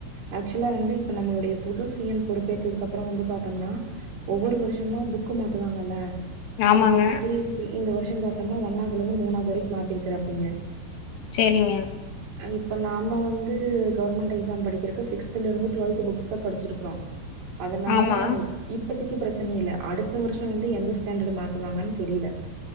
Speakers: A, on the right; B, on the left.
A: ஆக்சுவலா வந்து இப்ப நம்மளுடைய புது சி எம் பொறுப்பேத்ததுக்கு அப்பற வந்து பாத்தோம்னா ஒவ்வொரு வருஷமு புக்கு மாத்துவாங்கல்ல
B: ஆமாங்க
A: அந்த மாரி இந்த வருஷ பாத்தோம்னா ஒன்னாவதுல இருந்து மூணாவது வரைக்கு மாத்திருக்கராப்படிங்க
B: செரிங்க
A: இப்போ நாம வந்து கவர்மெண்ட் எக்ஸாம் படிக்கிறக்கு சிக்ஸ்த்துல இருந்து டுவெல்த் புக்ஸ்தா படிச்சிருக்குறோ
B: <inaudible>
A: அதனால
B: ஆமா
A: இப்பதக்கு பிரச்சன இல்ல அடுத்த வருஷ வந்து எந்த ஸ்டாண்டர்டு மாத்துவாங்கன் தெரில